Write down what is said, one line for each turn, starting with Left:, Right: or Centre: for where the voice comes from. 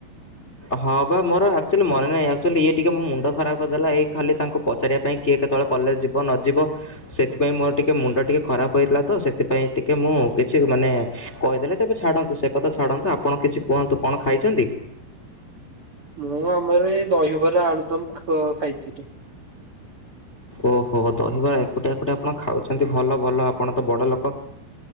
Left: ହଁ ପା ମୋର ଆକଚୋଲି ମନେ ନାହିଁ ଆକଚୋଲି ଇଏ ଟିକେ ମୋ ମୁଣ୍ଡ ଖରାପ କରିଦେଲା ଏଇ ଖାଲି ତାଙ୍କ ପଚାରିବା ପାଇଁ କିଏ କେତେବେଳେ କଲେଜ ଯିବ ନଯିବ ସେଥିପାଇଁ ମୋର ଟିକେ ମୁଣ୍ଡ ଟିକେ ଖରାପ ହେଇଥିଲା ତ ସେଥିପାଇଁ ଟିକେ ମୁଁ କିଛି ମାନେ କହିଦେଲେ ତେବେ ଛାଡନ୍ତୁ ସେ କଥା ଛାଡନ୍ତୁ ଆପଣ କିଛି କୁହନ୍ତୁ କଣ ଖାଇଚନ୍ତି?
Right: ମୁଁ ଆମର ଏଇ ଦହିବରା ଆଳୁଦମ ଖ-ଖାଇଥିଲି।
Left: ଓହୋ ଦହିବରା ଏକୁଟିଆ ଏକୁଟିଆ ଆପଣ ଖାଉଛନ୍ତି ଭଲ ଭଲ ଆପଣ ତ ବଡ ଲୋକ।